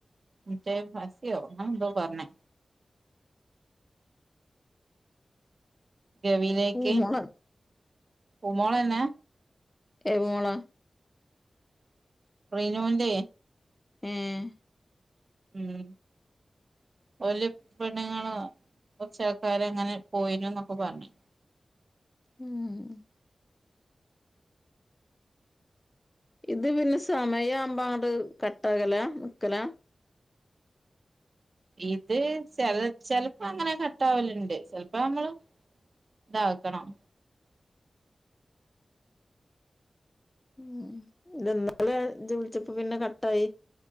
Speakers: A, on the right; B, on the left.
A: മിട്ടെ പസിയോ അങ്ങനെ എന്തോ പർഞ്ഞ് ഗവീലേക്ക്
B: പൂമോള്
A: പൂമോളന്നെ
B: എ മോളാ
A: റിനുന്റെ
B: ഏഹ്
A: ഉം ഓല് പെണ്ണ്ങ്ങളോ കൊറച്ചാൾക്കാരങ്ങനെ പോയിന് ന്നൊക്കെ പറഞ്
B: ഉം ഇത് പിന്നെ സമയാബ അങ്ങട്ട് കട്ടാകലാ നിക്കലാ
A: ഇത് ചെല് ചെല്‌പ്പം അങ്ങനെ കട്ടാവല്ണ്ട് ചെല്‌പ്പം ഞമ്മള് താക്കണം
B: ഉം ഇന്നലെ ജ് വിള്ച്ചപ്പോ പിന്നെ കട്ടായി